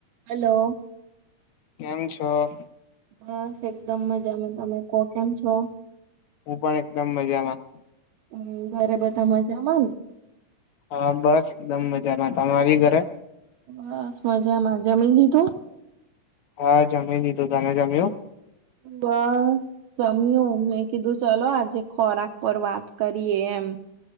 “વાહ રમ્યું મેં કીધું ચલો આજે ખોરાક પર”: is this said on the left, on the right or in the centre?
Right